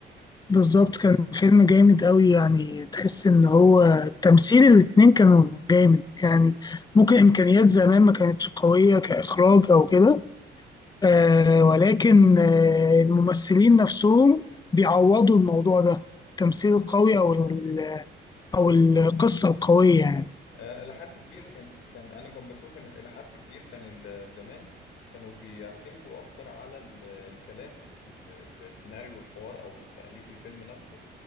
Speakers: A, on the left; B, on the left.
A: بالظبط كان فيلم جامد أوي يعني تحس إن هو تمثيل الاتنين كانوا جامد يعني ممكن إمكانيات زمان ما كانتش قوية كإخراج أو كده آه ولكن آه الممثلين نفسهم بيعوضوا الموضوع ده التمثيل القوي أو ال- أو القصة القوية يعني
B: آه، إلى حد كبير كان كان أنا كنت بشوف إن إلى حد كبير كان ال- زمان كانوا بيعتمدوا أكتر على ال- الكلام ال- السيناريو والحوار أو التأليف الفيلم نفسه